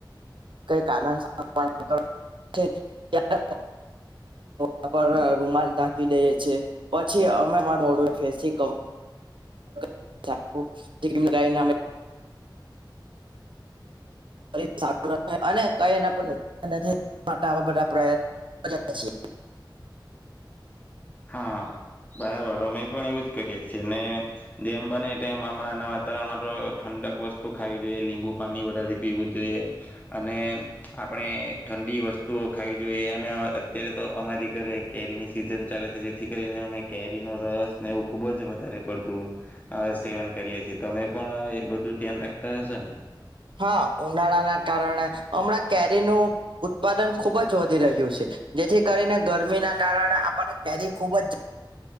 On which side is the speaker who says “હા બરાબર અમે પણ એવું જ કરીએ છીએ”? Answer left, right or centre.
Left